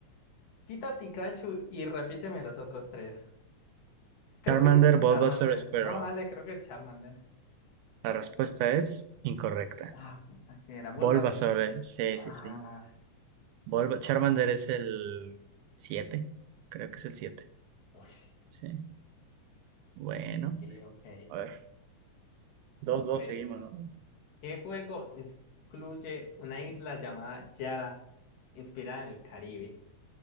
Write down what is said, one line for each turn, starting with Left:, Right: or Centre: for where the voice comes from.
Left: Quita Pikachu y repíteme los otros tres. Creo
Right: Charmander,
Left: que es
Right: Bulbasaur,
Left: Charmander.
Right: Squirtle.
Left: No, dale, creo que es Charmander.
Right: La respuesta es incorrecta.
Left: Ah, puta que era. Bulbas
Right: Bulbasaur, eh, sí,
Left: Ah,
Right: sí, sí. Bulb- Charmander
Left: ah,
Right: es el siete, Creo que es el 7.
Left: ok,
Right: Sí. Bueno.
Left: ok.
Right: A ver. dos dos
Left: Breve.
Right: seguimos, ¿no?
Left: ¿Qué juego incluye una isla llamada Yara inspirada en el Caribe?